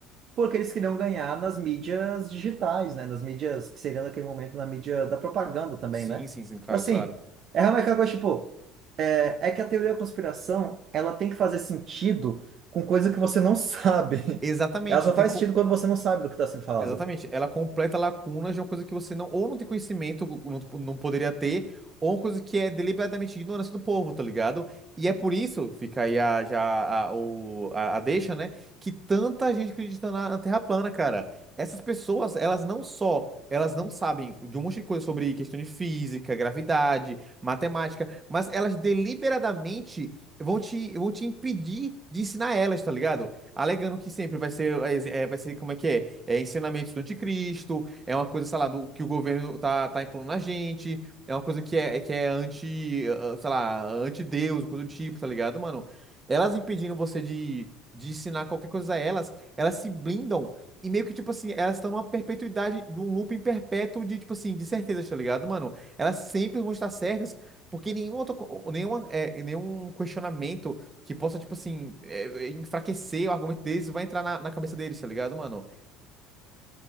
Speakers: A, on the right (about 50°); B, on the right (about 20°).
A: porque eles queriam ganhar nas mídias digitais, né? Nas mídias que seriam naquele momento na mídia da propaganda também,
B: Sim,
A: né?
B: sim, sim, claro,
A: Então, Assim,
B: claro.
A: é realmente aquela coisa, tipo, é, é que a teoria da conspiração, ela tem que fazer sentido com coisa que você não sabe.
B: Exatamente.
A: <laughs> Ela só
B: Tem,
A: faz
B: co-
A: sentido quando você não sabe do que está sendo falado.
B: Exatamente, ela completa lacunas de uma coisa que você não, ou não tem conhecimento, ou não, tipo, não poderia ter, ou uma coisa que é deliberadamente ignorância do povo, tá ligado? E é por isso, fica aí a, já a, o, a, a deixa, né? Que tanta gente acredita na, na Terra plana, cara. Essas pessoas, elas não só, elas não sabem de um monte de coisa sobre questão de física, gravidade, matemática, mas elas deliberadamente vão te, vão te impedir de ensinar elas, tá ligado? Alegando que sempre vai ser, é, é, vai ser, como é que é? É ensinamento do anticristo, é uma coisa, sei lá, do, que o governo tá, tá impondo na gente, é uma coisa que é, que é anti, ah, ah, sei lá, anti-Deus, coisa do tipo, tá ligado, mano? Elas impedindo você de, de ensinar qualquer coisa a elas, elas se blindam e meio que, tipo assim, elas estão numa perpetuidade, num looping perpétuo de, tipo assim, de certezas, tá ligado, mano? Elas sempre vão estar certas, porque nenhum outro, co- nenhuma, é, nenhum questionamento que possa, tipo assim, é, enfraquecer o argumento deles vai entrar na, na cabeça deles, tá ligado, mano?